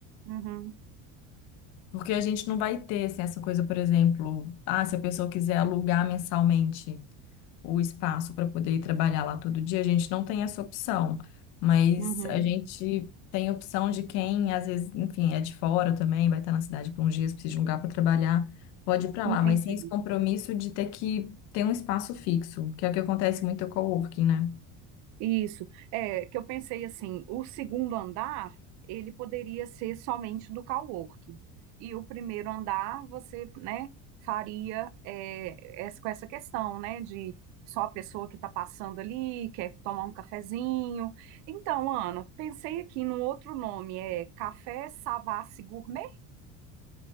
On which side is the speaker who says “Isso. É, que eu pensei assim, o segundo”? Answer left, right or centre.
Right